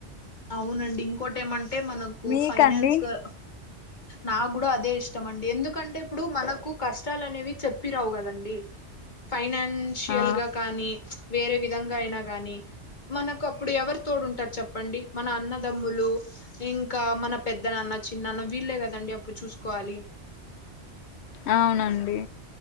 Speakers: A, on the left (about 40°); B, on the left (about 70°).
A: అవునండి ఇంకోట ఏమం అంటే మనకు
B: మీకండి
A: ఫైనాన్స్గా నాకు కూడా అదే ఇష్టం అండి ఎందుకంటే ఇప్పుడు మనకు కష్టాలు అనేవి చెప్పి రావు కదండి ఫైనాన్ న్షియల్
B: ఆ
A: గా కానీ వేరే విధంగా అయినా గాని మనకు అప్పుడు ఎవరు తోడుంటారు చెప్పండి మన అన్నదమ్ములు ఇంకా మన పెద్ద నాన్న చిన్నన్న వీళ్ళే కదండి అప్పుడు చూసుకోవాలి
B: అవునండి